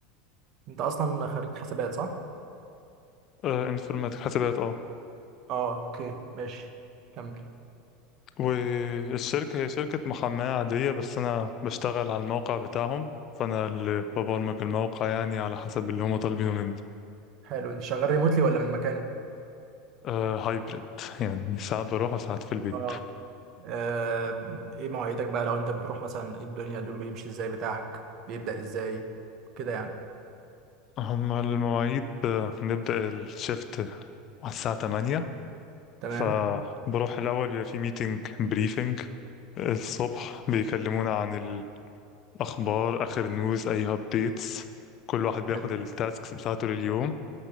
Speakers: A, on the right; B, on the left.
A: انت اصلا خريج حسابات صح
B: آه انفورماتيك حسابات اه
A: اه اوكي ماشي كمل
B: والشركة هي شركة محاماة عادية بس أنا بشتغل على الموقع بتاعهم فأنا اللي ببرمج الموقع يعني على حسب اللي هما طالبينه مني
A: حلو انت شغال ريموتلي ولا من مكان
B: آه هايبريد يعني ساعات بروح وساعات في البيت
A: اه آه، ايه مواعيدك بقى لو انت بتروح مثلا ايه الدنيا اليوم بيمشي ازاي بتاعك بيبدأ ازاي كده يعني
B: هما المواعيد آه نبدأ الشيفت على الساعة 8
A: تمام
B: فبروح الأول بيبقى في ميتنج بريفنج الصبح بيكلمونا عن الأخبار آخر نيوز أي أبديتس كل واحد بياخد
A: حلو
B: التاسكس بتاعته لليوم